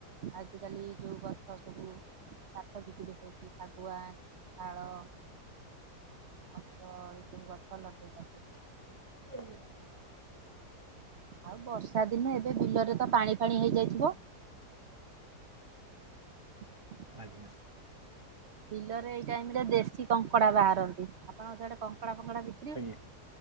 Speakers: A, on the right; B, on the right.
A: ଆଜିକାଲି ଯୋଉ ଗଛ ସବୁ କାଠ ବିିକିରି ହଉଚ଼ି ଶାଗୁଆନ୍, ଶାଳ ଆମର ଏଇ ସବୁ ଗଛ ଲଗେଇଚ଼ନ୍ତି।
B: <unintelligible>
A: ଆଉ ବର୍ଷା ଦିନେ ଏବେ ବିଲରେ ତ ପାଣି ଫାଣି ହେଇଯାଇଥିବ? <inaudible>
B: ଆଜ୍ଞା
A: ବିଲରେ ଏଇ ଟାଇମ୍ ରେ ବେଶୀ କଙ୍କଡା ବାହାରନ୍ତି ଆପଣଙ୍କ ସିଆଡେ କଙ୍କଡା ଫଙ୍କଡା ବି
B: ଆଜ୍ଞା।